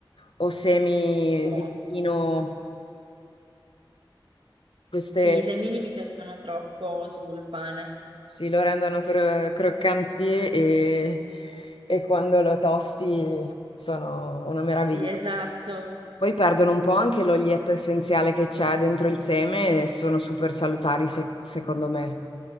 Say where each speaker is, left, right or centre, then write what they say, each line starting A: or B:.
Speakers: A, on the left (about 80°); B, on the right (about 75°).
A: o semi
B: Buono.
A: di pino, queste
B: Sì, i semini mi piacciono troppo sul pane.
A: sì, lo rendono cro- croccanti e, e quando lo tosti sono una meraviglia.
B: Sì, esatto.
A: Poi perdono un po' anche l'olietto essenziale che c'è dentro il seme e sono super salutari se- secondo me.